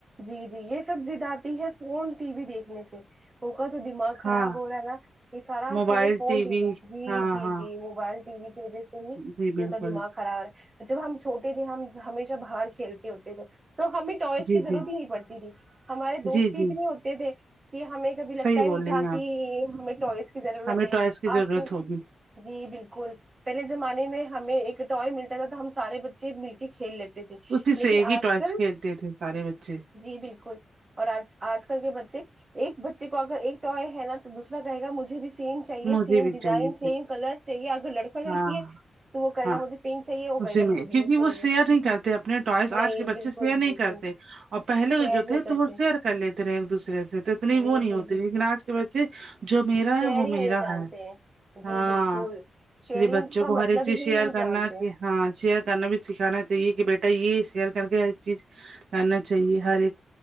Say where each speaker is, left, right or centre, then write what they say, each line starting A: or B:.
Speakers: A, on the right; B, on the right.
A: جی جی یہ سب ضد آتی ہے فون ٹی وی دیکھنے سے وہکا تو دماغ خراب
B: ہاں
A: ہو رہا ہے نا یہ سارا
B: موبائل
A: خ فون ٹی وی جی
B: ہاں
A: جی
B: ہاں
A: جی وہ موبائل ٹی وی کی وجہ سے ہی
B: جی بالکل
A: ان کا دماغ خرابا جب ہم چھوٹے تھے ہم ہمیشہ باہر کھیلتے ہوتے تھے تو ہمیں ٹوائس
B: جی
A: کی ضرورت
B: جی
A: ہی نہیں پڑتی تھی ہمارے دوست
B: جی
A: ہی
B: جی
A: اتنے ہوتے تھے کہ ہمیں کبھی لگتا
B: صحیح
A: ہی
B: بول
A: نہیں تھا
B: رہی ہیں
A: کہ
B: آپ
A: ہمیں ٹوائس کی ضرورت
B: ہمیں
A: ہے
B: ٹوائس کی ضرورت
A: آج کل
B: ہوگی
A: جی بالکل پہلے زمانے میں ہمیں ایک ٹوائے ملتا تھا تو ہم سارے بچے مل کے کھیل لیتے تھے
B: اسی
A: لیکن
B: سے ایک ہی
A: آج
B: ٹوائس
A: کل
B: کھیلتے تھے سارے بچے
A: جی بالکل اور آج آج کر کے بچے ایک بچے کو اگر ایک ٹائے ہے نا تو دوسرا کہے گا مجھے بھی سیم چاہیے
B: مجھے
A: سیم
B: بھی
A: ڈیزائن
B: چاہیے
A: سیم کلر چاہیے اگر لڑکا
B: ہاں
A: لڑکی ہے تو وہ کہے
B: ہاں
A: گا مجھے پنک چاہیے وہ کہے
B: اسی
A: گا
B: میں
A: مجھے بلو
B: کیونکہ
A: چاہیے
B: وہ شیئر نہیں کرتے اپنے ٹوائس
A: نہیں
B: آج کے بچے
A: بالکل
B: شیئر نہیں
A: بالکل
B: کرتے اور پہلے
A: شیئر
B: کے جو
A: نہیں
B: تھے
A: کرتے
B: تو وہ شیر کر لیتے رہے ایک دوسرے سے تو اتنی
A: جی
B: وہ نہیں
A: جی
B: ہوتی
A: جی
B: لیکن
A: جی
B: آج کے بچے جو میرا
A: شیئرنگ
B: ہے وہ میرا
A: نہیں جانتے
B: ہے
A: ہیں جی
B: ہاں
A: بالکل شیئرنگ
B: اسے بچوں
A: کا
B: کو ہر
A: مطلب
B: ایک چیز
A: ہی
B: شیئر
A: نہیں
B: کرنا
A: جانتے
B: کہ ہاں شیئر کرنا بھی سکھانا چاہیے کہ بیٹا یہ شیئر کر کے ہر چیز کرنا چاہیے ہر ایک